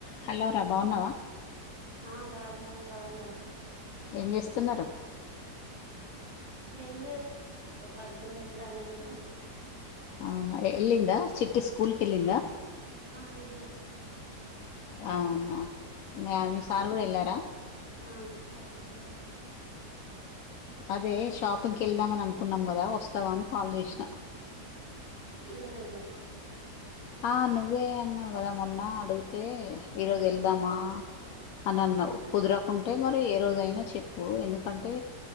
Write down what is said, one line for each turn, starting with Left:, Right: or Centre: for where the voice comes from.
Left: హలో రా బాన్నావా
Right: ఆ బాగున్నా మీరు బాగున్నారా
Left: ఏం చేస్తున్నారు
Right: ఏమి లేదు పడుకున్నా ఇప్పుడే అన్నం తిన్న
Left: అవునా ఎల్లిందా చిట్టి స్కూల్కిళ్లిందా
Right: ఆ వెళ్ళింది
Left: అవునా మీయ మీ సార్ కూడా వెళ్ళారా
Right: హ్మ్ సరేలే
Left: అదే షాపింగ్కి వెళ్దామ అని అనుకున్నాం కదా వస్తావా అని కాల్ చేసినా
Right: ఈరోజు వెళ్దామా
Left: ఆ నువ్వే అన్నావు కదా మొన్న అడుగితే ఈరోజు వెళ్దామా అని అన్నావ్ కుదరకుంటే మరి ఏ రోజైనా చెప్పు ఎందుకంటే